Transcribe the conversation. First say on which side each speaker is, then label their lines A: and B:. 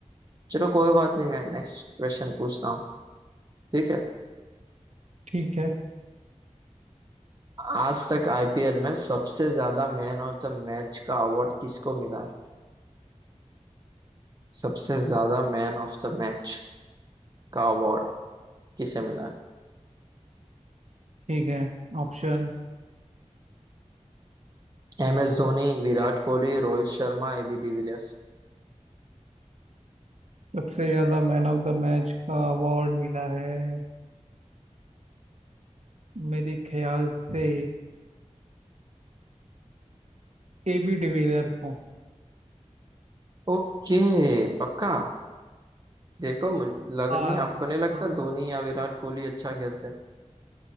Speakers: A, on the right; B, on the right.
A: चलो कोई बात नहीं मैं नेक्स्ट क्वेश्चन पूछता हूँ ठीक है
B: ठीक है
A: आज तक आईपीएल में सबसे ज्यादा मैन ऑफ द मैच का अवार्ड किसको मिला है सबसे ज्यादा मैन ऑफ द मैच का अवार्ड किसे मिला
B: ठीक है ऑप्शन
A: है M S Dhoni Virat Kohli Rohit Sharma AB de Villiers
B: सबसे ज्यादा मैन ऑफ द मैच का अवार्ड मिला है मेरे ख्याल से ए बी डिविलियर्स को
A: Okay पक्का देखो मुझे लग
B: हाँ
A: नहीं आपको नहीं लगता
B: हाँ
A: धोनी या विराट कोहली अच्छा खेलते हैं